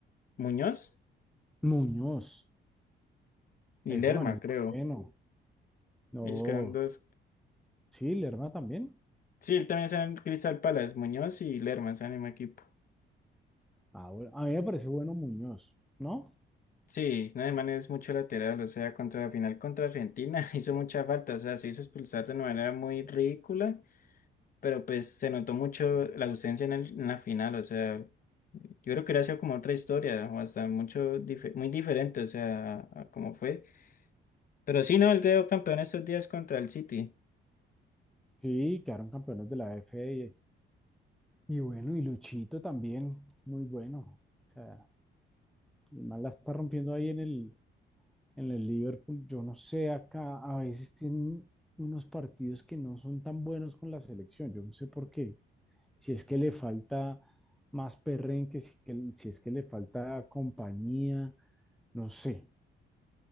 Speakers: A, on the left; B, in the centre.
A: Muñoz
B: Muñoz,
A: y
B: ese
A: Lerma,
B: man es
A: creo.
B: bueno. No,
A: Ellos quedaron dos.
B: sí, Lerma también.
A: Sí, él también está en Crystal Palace, Muñoz y Lerma, es el mismo equipo.
B: Ah, bueno, a mí me parece bueno Muñoz, ¿no?
A: Sí, no, man es mucho lateral, o sea, contra la final contra Argentina <laughs> hizo mucha falta, o sea, se hizo expulsar de una manera muy ridícula, pero pues se notó mucho la ausencia en, el- en la final, o sea, yo creo que hubiera sido como otra historia, o hasta mucho, dife- muy diferente, o sea, a, a cómo fue. Pero sí, no, él quedó campeón estos días contra el City.
B: Sí, quedaron campeones de la AF y, y bueno, y Luchito también, muy bueno. O sea, el man la está rompiendo ahí en el, en el Liverpool. Yo no sé, acá a veces tienen unos partidos que no son tan buenos con la selección. Yo no sé por qué. si es que le falta más perrenque, si, que- si es que le falta compañía, no sé,